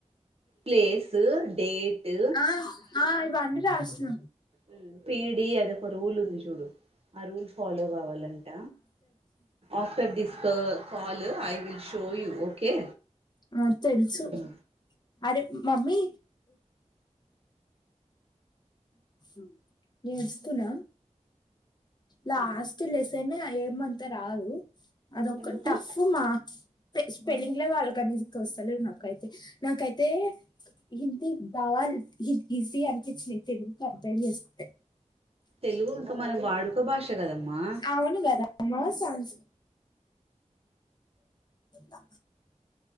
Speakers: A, on the right; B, on the left.
A: ప్లేస్ డేటు
B: ఆ ఆ ఇవన్నీ రాసిన
A: ఉ పిడి అది ఒక్క రూల్ ఉంది చూడు ఆ రూల్ ఫాలో కావాలంట after this call I will show show you okay
B: ఆ తెలుసు
A: అదే
B: అదే మమ్మీ ఉ నేర్చుకున్న లాస్ట్ లెసన్ ఏమంతా రాదు అదొక
A: ఎందుకు
B: టఫ్ మా స్పెల్లింగ్ లో వాళ్ళు కానీస్తలే నాకైతే నాకైతే హిందీ దవా ఇ ఈజీ అనిపచ్చి తెలుగు కంపేర్ చేసుకుంటే
A: తెలుగు ఇంకా మనం వాడుక భాష కదమ్మా
B: అవును దా మా సంగ్ తా